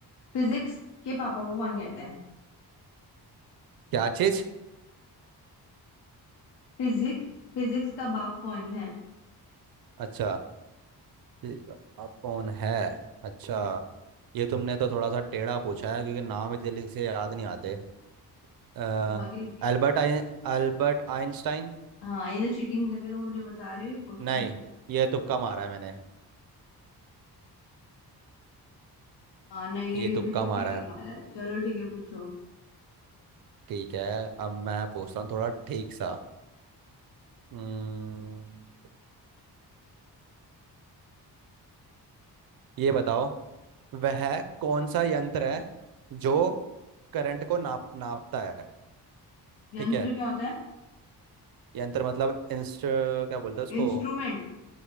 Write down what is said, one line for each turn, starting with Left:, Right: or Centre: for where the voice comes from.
Left: फिजिक्स के पापा को कौन कहते हैं
Right: क्या चीज
Left: फिजिक्स फिजिक्स <laughs> का बाप कौन है
Right: अच्छा ठीक है, आप कौन है अच्छा ये तुमने तो थोड़ा सा टेढ़ा पूछा है क्योंकि नाम इतनी जल्दी से याद नहीं आते अ,
Left: बहुत इजी है
Right: अल्बर्ट आइन अल्बर्ट आइंस्टाइन
Left: हाँ ये जो चीटिंग करके तुम मुझे बता रहे हो ये कोशिश
Right: नहीं
Left: मत करो।
Right: ये तुक्का मारा है मैंने
Left: हाँ नहीं ये
Right: ये
Left: ये
Right: तुक्का
Left: बिल्कुल
Right: मारा
Left: चीटिंग
Right: है
Left: वाला है चलो ठीक है पूछो
Right: ठीक है अब मैं पूछता हूँ थोड़ा ठीक सा हम्म, ये बताओ वह कौन सा यंत्र है जो करंट को नाप नापता है
Left: यंत्र
Right: ठीक है
Left: क्या होता है
Right: यंत्र मतलब इंस्ट क्या बोलते हैं उसको
Left: इंस्ट्रूमेंट